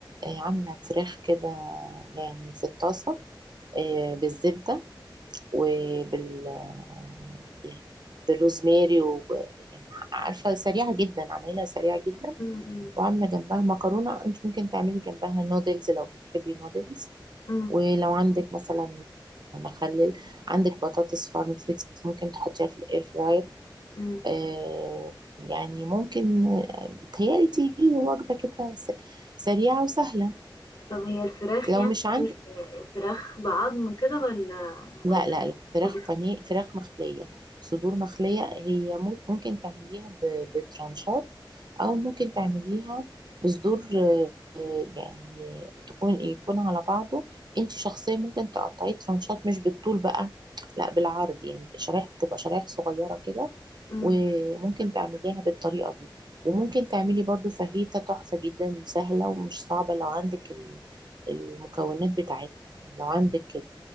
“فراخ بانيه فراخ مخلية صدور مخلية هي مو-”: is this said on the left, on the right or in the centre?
Right